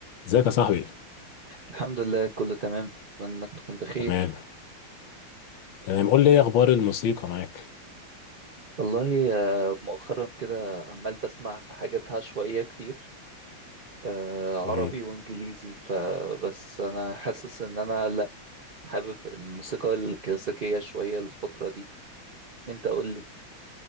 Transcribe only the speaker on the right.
الحمد لله كله تمام اتمنى انك تكون بخير
والله آه، مؤخرا كده عمال بسمع في حاجات عشوائية كتير آه،
عربي وانجليزي فبس انا حاسس ان انا لا حابب الموسيقى الكلاسيكية شوية الفترة دي انت قول لي